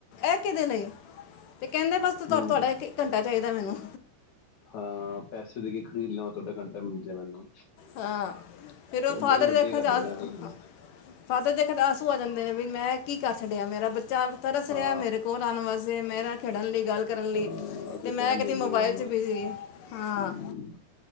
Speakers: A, on the left; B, on the left.
A: ਇਹ ਕਿਹਦੇ ਲਈ। ਤੇ ਕਹਿੰਦੇ ਬਸ, ਤੁ
B: ਹੂੰ
A: ਤੁਹਾਡਾ ਇੱਕ ਘੰਟਾ ਚਾਹੀਦਾ ਮੈਨੂੰ।
B: ਹਾਂ, ਪੈਸੇ ਦੇ ਕੇ ਖਰੀਦ ਲਾਂ। ਜੇ ਮਿਲ ਜੇ ਮੈਨੂੰ।
A: ਹਾਂ, ਫਿਰ ਉਹ ਫਾਦਰ
B: ਬੜੀ ਵੱਡੀ
A: ਦੇ ਅੱਖਾਂ
B: ਗੱਲ
A: ਚ ਹ
B: ਹੈ ਨਾ ਵੀ ਹੁਣ
A: ਫਾਦਰ ਦੇ ਅੱਖਾਂ ਚ ਆਂਸੂ ਆ ਜਾਂਦੇ ਨੇ, ਵੀ ਮੈਂ ਕੀ ਕਰ ਛਡਿਆ, ਮੇਰਾ ਬੱਚਾ ਤਰਸ
B: ਹਾਂ
A: ਰਿਹਾ ਮੇਰੇ ਕੋ ਕੋਲ ਆਣ ਵਾਸਤੇ, ਮੇਰੇ ਨਾਲ ਖੇਡਣ ਲਈ, ਗੱਲ ਕਰਨ ਲਈ।
B: ਹਾਂ ਅਸੀਂ
A: ਤੇ ਮੈਂ
B: ਟੈਮ
A: ਕਦੀ
B: ਦਿੰਦੇ
A: ਮੋਬਾਈਲ
B: ਨੀ ਉਹਨਾਂ ਨੂੰ,
A: 'ਚ ਬਿਜ਼ੀ ਹਾਂ
B: ਹੂੰ